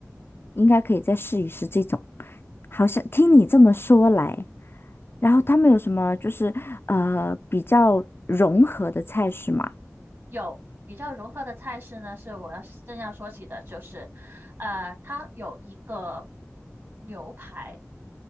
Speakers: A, on the left; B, on the right.
A: 应该可以再试一试这种。好像听你这么说来，然后他们有什么就是呃比较融合的菜式吗？
B: 有比较融合的菜式呢，是我要正要说起的，就是，呃，它有一个牛排，